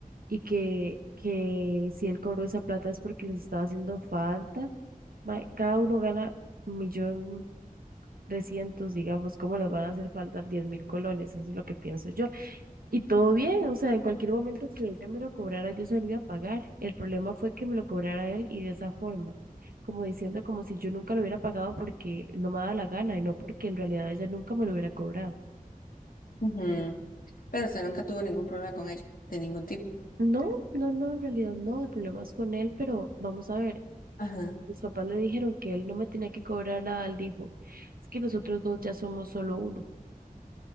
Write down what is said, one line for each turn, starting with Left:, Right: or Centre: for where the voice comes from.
Right: y que, que si él cobró esa plata es porque les estaba haciendo falta. Ma- Cada uno gana un millón trescientos, digamos, ¿cómo les van a hacer falta diez mil colones? Eso es lo que pienso yo. Y todo bien, o sea, en cualquier momento que ella me lo cobrara, yo se lo iba a pagar. El problema fue que me lo cobrara él y de esa forma, como diciendo como si yo nunca lo hubiera pagado porque no me daba la gana y no porque en realidad ella nunca me lo hubiera cobrado.
Left: Ujú. Pero usted nunca tuvo ningún problema con ella, de ningún tipo.
Right: No, no, no, en realidad no, el problema es con él, pero vamos a ver,
Left: Ajá,
Right: mis papás le dijeron que él no me tenía que cobrar nada, él dijo, es que nosotros dos ya somos solo uno.